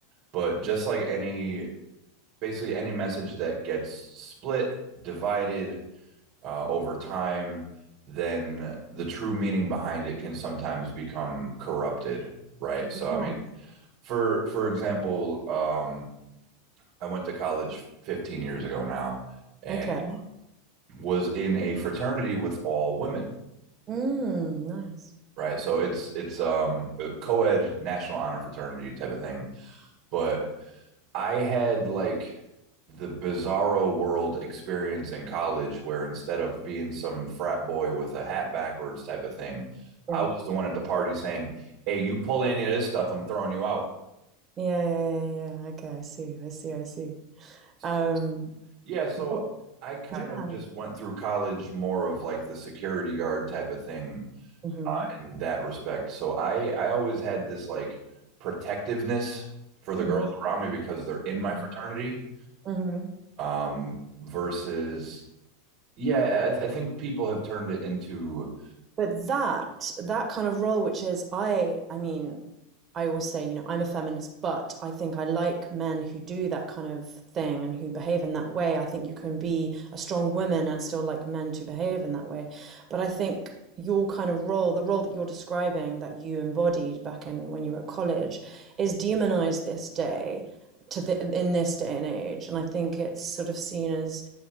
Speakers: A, on the right (about 50°); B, on the right (about 30°).
A: but just like any, basically any message that gets split, divided, uh, over time, then the true meaning behind it can sometimes become corrupted, right? So,
B: Yeah.
A: I mean, for for example, um, I went to college 15 years ago now, and
B: Okay.
A: was in a fraternity with all women,
B: Mm, nice.
A: right? So it's it's um, a co-ed national honor fraternity type of thing, but I had like the bizarro world experience in college where instead of being some frat boy with a hat backwards type of thing,
B: Yeah.
A: I was the one at the party saying, Hey, you pull any of this stuff, I'm throwing you out.
B: Yeah, yeah, yeah, yeah. yeah, yeah. Okay, I see. I see. I see.
A: So,
B: Um,
A: yeah, so
B: but
A: I kind
B: yeah.
A: of just went through college more of like the security guard type of thing
B: Mm-hmm.
A: in that respect. So I I always had this like protectiveness for the
B: Mm-hmm.
A: girls around me because they're in
B: Mm-hmm.
A: my fraternity
B: Mm-hmm.
A: um versus Yeah, I, th- I think people have turned it into
B: But that that kind of role, which is I, I mean, I always say, you know, I'm a feminist, but I think I like men who do that kind of thing and who behave in that way. I think you can be a strong woman and still like men to behave in that way. But I think your kind of role, the role that you're describing that you embodied back in when you were at college, is demonized this day to the in this day and age. And I think it's sort of seen as